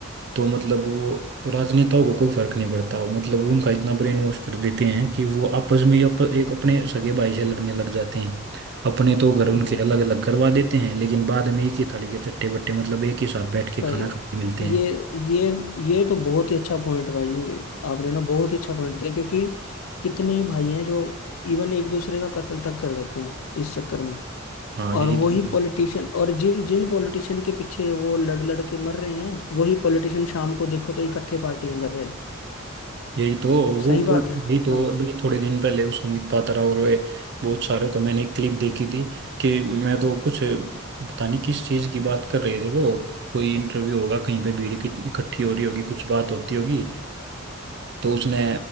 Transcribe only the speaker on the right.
तो मतलब वो राजनेताओं को कोई फर्क नहीं पड़ता मतलब उनका इतना ब्रेन वॉश कर देते हैं कि वो आपस में ही अप,
एक अपने सगे भाई से लड़ने लग जाते हैं अपने तो घर
उनके अलग अलग करवा देते हैं लेकिन बाद में एक ही थाली के चट्टे बट्टे मतलब एक ही साथ बैठ
के खाना
खाते मिलते हैं
हाँ यही
तो
यही तो वो
पुल
यही तो
अभी थोड़े दिन पहले उस अमित पात्रा और वे बहुत सारे का मैंने क्लिप देखी थी कि मैं तो कुछ पता नहीं किस चीज़ की बात कर रहे थे वो कोई इंटरव्यू होगा कहीं पे भीड़ इकट्ठी इकट्ठी हो रही होगी कुछ बात होती होगी तो उसने